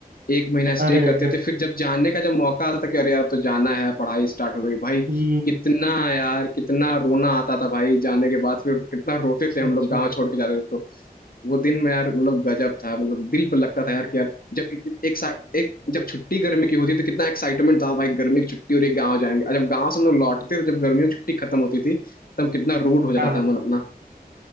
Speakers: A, on the left; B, on the right.
A: एक महीना स्टे
B: अरे
A: करते
B: गर
A: थे फिर जब जाने का जब मौका आता था कि अरे यार अब तो जाना है पढ़ाई स्टार्ट हो गई भाई
B: हम्म,
A: कितना यार कितना रोना आता था भाई जाने के बाद फिर कितना रोते
B: सच
A: थे हम लोग गांव
B: में
A: छोड़ के जाते थे तो वो दिन में यार मतलब गजब था मतलब दिल पर लगता था यार कि यार जब एक सा- एक जब छुट्टी गर्मी की होती तो कितना एक्साइटमेंट था भाई गर्मी की छुट्टी और एक गाँव जाएंगे और जब गाँव से हम लोग लौटते थे जब गर्मियों की छुट्टी खत्म होती थी तब कितना रूड हो जाता
B: हाँ हाँ
A: था मन अपना